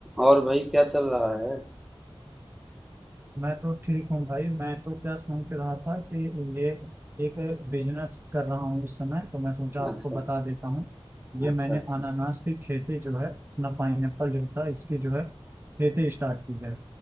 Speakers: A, in the centre; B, on the right.
A: और भाई क्या चल रहा है
B: मैं तो ठीक हूँ भाई मैं तो क्या सोच रहा था कि ये एक बिजनेस कर रहा हूँ इस समय तो मैं सोचा आपको
A: अच्छा
B: बता देता हूँ ये
A: अच्छा
B: मैंने
A: अच्छा
B: अनानास की खेती जो है ना पाइनएप्पल जो था इसकी जो है खेती स्टार्ट की है